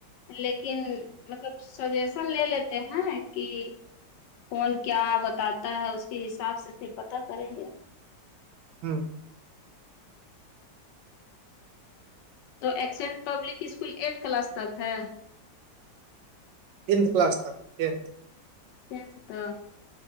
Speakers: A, on the left (about 75°); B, on the right (about 80°).
A: لیکن مطلب سجیشن لے لیتے ہیں کہ کون کیا بتاتا ہے اس کے حساب سے پھر پتاہ کریں گے
B: ہوں
A: تو accent public school eight class تک ہے
B: ٹت کلاس تک ٹت
A: ین سے تو